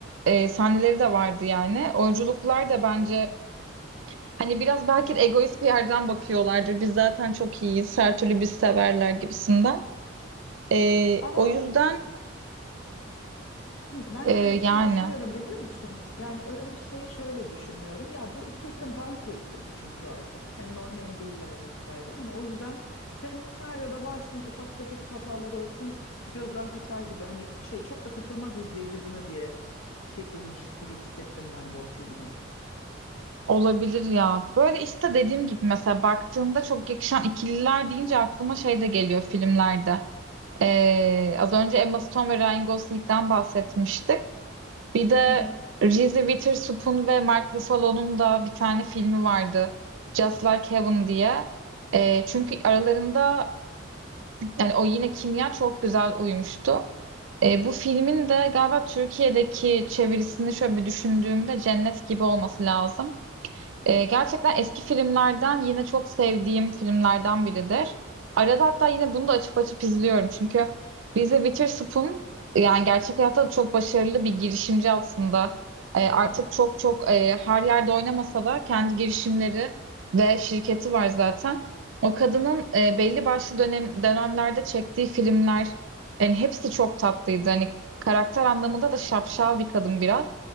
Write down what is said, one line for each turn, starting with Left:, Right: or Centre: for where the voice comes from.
Right: e, sahneleri de vardı yani. Oyunculuklar da bence Hani biraz belki de egoist bir yerden bakıyorlardır. Biz zaten çok iyiyiz. Her türlü biz severler gibisinden. Ee,
Left: Ama
Right: o yüzden
Left: Hı, Ben
Right: e,
Left: de öyle bir şey
Right: yani
Left: düşünüyorum biliyor musun? Yani öyle bir şey şöyle düşünüyorum. Ya bu iki isim banko isim çünkü artık. Hani non name değiller vesaire. Hani o yüzden senaryoda varsın ufak tefek hatalar olsun gözden kaçar gibi. Hani şey çok da takılmaz izleyici buna diye çekilmiş gibi hissettim ben de o filmi.
Right: olabilir ya. Böyle işte dediğim gibi mesela baktığında çok yakışan ikililer deyince aklıma şey de geliyor filmlerde. Ee, az önce Emma Stone ve Ryan Gosling'den bahsetmiştik. Bir de
Left: Hı hı.
Right: Reese Witherspoon ve Mark Ruffalo'nun da bir tane filmi vardı. Just Like Heaven diye. Ee, çünkü aralarında Yani o yine kimya çok güzel uyumuştu. E, bu filmin de galiba Türkiye'deki çevirisini şöyle bir düşündüğümde cennet gibi olması lazım. Ee, gerçekten eski filmlerden yine çok sevdiğim filmlerden biridir. Arada hatta yine bunu da açıp açıp izliyorum. Çünkü Reese Witherspoon yani gerçek hayatta da çok başarılı bir girişimci aslında. Ee, artık çok çok e, her yerde oynamasa da kendi girişimleri ve şirketi var zaten. O kadının e, belli başlı dönem, dönemlerde çektiği filmler yani hepsi çok tatlıydı. Hani karakter anlamında da şapşal bir kadın biraz.